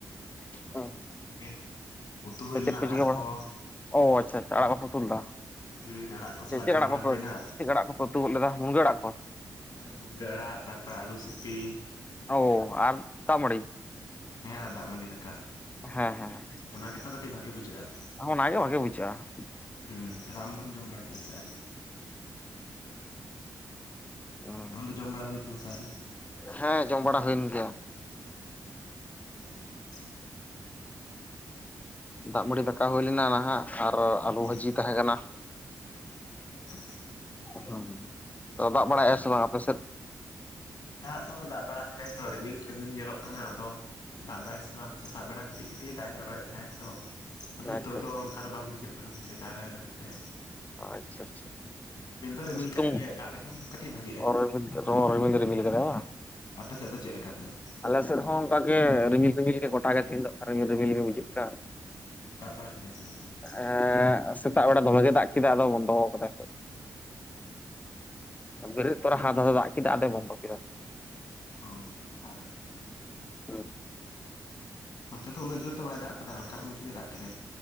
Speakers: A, on the left (about 20°); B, on the left (about 80°).
A: ᱛᱚ
B: ᱚᱱᱟᱜᱮ᱾ ᱩᱛᱩ ᱦᱩᱭ ᱞᱮᱱᱟ
A: ᱪᱮᱫ ᱯᱮ
B: ᱟᱲᱟᱜ
A: ᱪᱤᱠᱟᱹ ᱵᱟᱲᱟᱭ
B: ᱠᱚ
A: ᱚᱻ ᱟᱪᱪᱷᱟ ᱟᱪᱪᱷᱟ ᱟᱲᱟᱜ ᱠᱚᱯᱮ ᱩᱛᱩ ᱞᱮᱫᱟ᱾
B: ᱦᱩᱸ ᱟᱲᱟᱜ ᱠᱚ
A: ᱪᱮᱫ
B: ᱥᱟᱞᱟᱜ ᱡᱚᱢ
A: ᱟᱲᱟᱜ
B: ᱵᱟᱲᱟ
A: ᱠᱚᱯᱮ
B: ᱦᱩᱭᱱᱟ
A: ᱪᱮᱫ ᱟᱲᱟᱜ ᱠᱚᱯᱮ ᱩᱛᱩ ᱜᱚᱫ ᱞᱮᱫᱟ, ᱢᱩᱱᱜᱟᱹ ᱟᱲᱟᱜ ᱠᱚ?
B: ᱦᱮᱸ ᱢᱩᱱᱜᱟᱹ ᱟᱲᱟᱜ ᱛᱟᱨᱯᱚᱨᱮ ᱟᱞᱩ ᱥᱤᱯᱤ᱾
A: ᱚ ᱟᱨ ᱫᱟᱜ ᱢᱟᱹᱰᱤ᱾
B: ᱦᱮᱸ ᱫᱟᱜ ᱢᱟᱹᱰᱤ ᱫᱟᱠᱟ᱾
A: ᱦᱮᱸ ᱦᱮᱸ᱾
B: ᱚᱱᱟᱜᱮ ᱛᱚ ᱠᱟᱹᱴᱤᱡ ᱵᱷᱟᱹᱜᱮ ᱵᱩᱡᱷᱟᱹᱜᱼᱟ᱾
A: ᱚᱱᱟᱜᱮ ᱵᱷᱟᱹᱜᱤ ᱵᱩᱡᱷᱟᱹᱜᱼᱟ᱾
B: ᱦᱩᱸ ᱛᱟᱦᱞᱮ ᱟᱢ ᱫᱚᱢ ᱡᱚᱢ ᱵᱟᱲᱟ ᱠᱮᱫᱟ ᱥᱮ ᱟᱣᱨᱤ?
A: ᱚ᱾
B: ᱟᱢ ᱡᱚᱢ ᱵᱟᱲᱟ ᱦᱩᱭᱮᱱ ᱛᱟᱢᱟ ᱥᱮ ᱟᱣᱨᱤ?
A: ᱦᱮᱸ ᱡᱚᱢ ᱵᱟᱲᱟ ᱦᱩᱭᱮᱱ ᱜᱮᱭᱟ᱾
B: <unintelligible>
A: ᱫᱟᱜ ᱢᱟᱹᱰᱤ ᱫᱟᱠᱟ ᱦᱩᱭ ᱞᱮᱱᱟ ᱱᱟᱦᱟᱜ ᱟᱨ ᱟᱞᱩ
B: ᱦᱩᱸ
A: ᱵᱷᱟᱹᱡᱤ ᱛᱟᱦᱮᱸ ᱠᱟᱱᱟ,
B: ᱦᱮᱸᱛᱚ
A: ᱦᱩᱸ ᱛᱚ ᱫᱟᱜ ᱵᱟᱲᱟᱭ
B: ᱚ
A: ᱥᱮ ᱵᱟᱝᱟ ᱟᱯᱮᱥᱮᱫ?
B: ᱫᱟᱜ ᱫᱚ ᱫᱟᱜ ᱵᱟᱲᱟ ᱠᱮᱫᱟᱭ ᱛᱚ ᱨᱤᱢᱤᱞ ᱨᱤᱢᱤᱞ ᱧᱮᱞᱚᱜ ᱠᱟᱱᱟ ᱟᱫᱚ ᱫᱟᱜ ᱫᱟᱭ ᱥᱮ ᱵᱟᱝ? ᱥᱮᱛᱟᱜ ᱵᱮᱲᱟ ᱠᱟᱹᱴᱤᱡ ᱠᱟᱹᱴᱤᱡ ᱫᱟᱜ ᱮ ᱡᱚᱨᱚᱭᱮᱫ ᱛᱟᱦᱮᱸᱜ ᱛᱚ᱾ ᱟᱫᱚ ᱱᱤᱛᱚᱜ
A: ᱟᱪᱪᱷᱟ
B: ᱫᱚ ᱚᱱᱠᱟ ᱫᱚ ᱵᱟᱝ ᱵᱩᱡᱷᱟᱹᱜ ᱠᱟᱱᱟ ᱛᱚ ᱡᱮ ᱫᱟᱜᱟᱭ ᱢᱮᱱᱛᱮ᱾
A: ᱟᱪᱪᱷᱟ <unintelligible>
B: ᱨᱤᱢᱤᱞ ᱫᱚ ᱨᱤᱢᱤᱞ
A: ᱥᱤᱛᱩᱝ
B: ᱠᱟᱜ ᱜᱮᱭᱟ ᱫᱟᱜ ᱞᱮᱠᱷᱟᱱ ᱠᱟᱹᱴᱤᱡ ᱵᱷᱟᱹᱜᱤᱜᱼᱟ᱾
A: <unintelligible> ᱨᱤᱢᱤᱞ ᱫᱚᱭ ᱨᱤᱢᱤᱞ ᱠᱟᱫᱟᱭ ᱵᱟᱝ?
B: ᱟᱯᱮ ᱥᱮᱫ ᱫᱚ ᱪᱮᱫ ᱞᱮᱠᱟ ᱛᱟᱦᱞᱮ?
A: ᱟᱞᱮ ᱥᱮᱫ ᱦᱚᱸ ᱚᱱᱠᱟ ᱜᱮ ᱨᱤᱢᱤᱞ ᱨᱤᱢᱤᱞ ᱜᱮ ᱜᱚᱴᱟ ᱜᱮ ᱛᱮᱦᱮᱧ ᱫᱚ ᱚᱱᱠᱟ ᱨᱤᱜᱤᱞ ᱨᱤᱢᱤᱞ ᱜᱮ ᱵᱩᱡᱷᱟᱹᱜ ᱠᱟᱱ᱾
B: ᱫᱟᱜ ᱵᱟᱲᱟ ᱠᱮᱫᱟ ᱥᱮ ᱵᱟᱝ ᱛᱟᱦᱞᱮ?
A: ᱮ ᱥᱮᱛᱟᱜ ᱵᱮᱲᱟ ᱫᱚᱢᱮ ᱜᱮ ᱫᱟᱜ ᱠᱮᱫᱟ ᱟᱫᱚ ᱵᱚᱱᱫᱚ ᱟᱠᱟᱫᱟᱭ ᱱᱤᱛᱚᱜ᱾ ᱵᱮᱨᱮᱫ ᱛᱚᱨᱟ ᱦᱟᱫ ᱦᱟᱫ ᱮ ᱫᱟᱜ ᱠᱮᱫᱟ ᱟᱫᱚᱭ ᱵᱚᱱᱫᱚ ᱠᱮᱫᱟ᱾
B: ᱦᱚᱸ ᱛᱟᱨᱮ
A: ᱦᱩᱸ
B: ᱱᱚᱛᱮ ᱫᱚ ᱩᱱᱟᱹᱜ ᱡᱩᱨ ᱫᱚ ᱵᱟᱭ ᱫᱟᱜ ᱟᱠᱟᱫᱟ ᱦᱟᱞᱠᱟᱨ <unintelligible> ᱜᱮ ᱫᱟᱜ ᱠᱮᱫᱟᱭ᱾